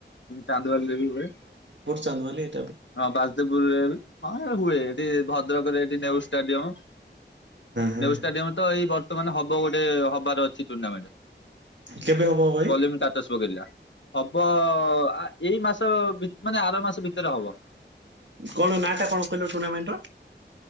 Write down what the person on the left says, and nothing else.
ଚାନ୍ଦବାଲିରେ ବି ହୁଏ।
ହଁ ବାଜଦେପୁରରେ ହଁ ହୁଏ ଏଠି ଭଦ୍ରକରେ ଏଠି ନେହେରୁଙ୍ ଷ୍ଟାଡିୟମ।
ନେହେରୁ ଷ୍ଟାଡିୟମରେ ତ ଏଇ ବର୍ତ୍ତମାନ ହବ ଗୋଟେ ହବାର ଅଛି ଟୁର୍ଣ୍ଣାମେଣ୍ଟ।
କଲେମ ଷ୍ଟାଟସ ପକେଇ ଥିଲା। ହବ ଏଇ ମାସ ମାନେ ଆର ମାସ ଭିତରେ ହବ।